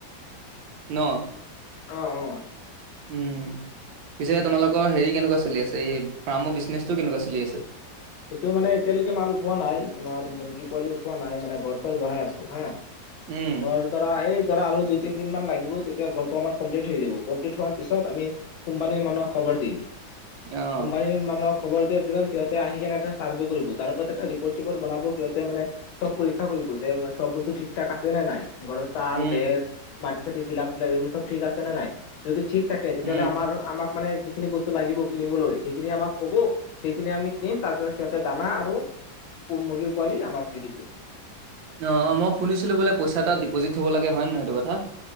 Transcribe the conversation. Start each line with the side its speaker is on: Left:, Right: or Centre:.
Right: ন।
Left: অ অ।
Right: উম, পিছে তোমালোকৰ হেৰি কেনেকুৱা চলি আছে এই ফাৰ্মৰ বিজনেচটো কেনেকুৱা চলি আছে।
Left: সেইটো মানে এতিয়ালৈকে মাল উঠোৱা নাই, তোমাৰ মুৰ্গী পোৱালি উঠোৱা নাই মানে ঘৰ চৰ বনাই আছো হা।
Right: উম,
Left: ঘৰ ধৰা এই ধৰা আৰু দুই তিনি দিন মান লাগিব। তেতিয়া ঘৰটো আমাৰ কমপ্লিট হৈ দিব কমপ্লিট হোৱাৰ পিছত আমি কোম্পানীৰ মানুহক খবৰ দিম।
Right: অ',
Left: কোম্পানীৰ মানুহক খবৰ দিয়াৰ পিছত সিহঁতে আহি কেনে এটা চাৰ্ভে কৰিব তাৰ ওপৰত এটা ৰিপৰ্ট-চিপৰ্ট বনাব সিহঁতে মানে চব পৰীক্ষা কৰিব যে চব বস্তু ঠিক ঠাক আছে নে নাই। ঘৰৰ তাল,
Right: উম,
Left: বেৰ, মাটি-চাটি ফিলাপ, ফিলাপ এইবোৰ চব ঠিক আছে নে নাই, যদি ঠিক থাকে তেতিয়াহ'লে
Right: উম।
Left: আমাৰ আমাক মানে যিখিনি বস্তু লাগিব কিনিবলৈ, সেইখিনি আমাক ক'ব সেইখিনি আমি কিনিম তাৰপিছত সিহঁতে দানা আৰু মুৰ্গীৰ পোৱালি আমাক দি দিব।
Right: অ মই শুনিছিলো বোলে পইচা এটা ডিপজট হ'ব লাগে হয় নহয় এইটো কথা?